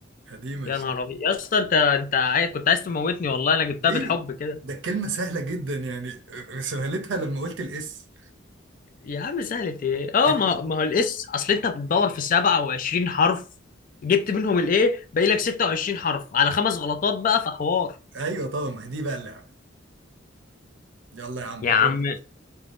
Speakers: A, on the right; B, on the left.
A: قديمة
B: يا
A: الشركة.
B: نهار ابيض يا اسطى انت انت عاي... كنت عايز تموتني والله انا جبتها
A: ليه
B: بالحب كده
A: ده الكلمة سهلة جدا يعني سهلتها لما قلت الاس
B: يا عم سهلت ايه اه
A: كانت
B: ما ما هو الاس اصل انت بتدور في 27 حرف جبت منهم الايه باقي لك 26 حرف على خمس غلطات بقى في حوار
A: ايوه طبعا ما هي دي بقى اللعبة يلا يا عم
B: يا عم
A: دورك